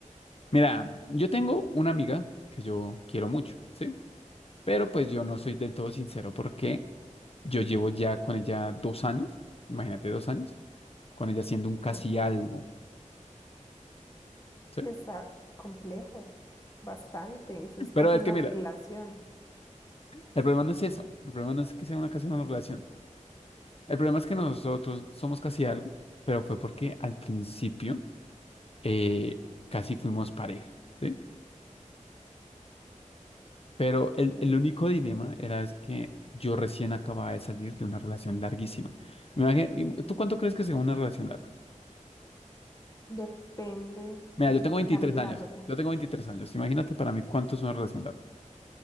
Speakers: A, on the left (about 50°); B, on the left (about 25°).
A: Mira, yo tengo una amiga que yo quiero mucho, ¿sí? Pero pues yo no soy del todo sincero porque yo llevo ya con ella dos años, imagínate dos años, con ella siendo
B: Ok,
A: un casi algo, ¿sí?
B: está complejo, bastante, eso es casi
A: Pero es
B: una
A: que mira,
B: relación.
A: el problema no es eso, el problema no es que sea una casi una relación, el problema es que nosotros somos casi algo, pero fue porque al principio... eh, casi fuimos pareja, ¿sí? Pero
B: Ok,
A: el, el único dilema era es que yo recién acababa de salir de una relación larguísima. Me imagi- y ¿tú cuánto crees que sea una relación larga?
B: depende
A: Mira,
B: de
A: yo tengo
B: qué
A: 23
B: tan
A: años,
B: largo,
A: yo tengo 23 años, imagínate para mí cuánto es una relación larga.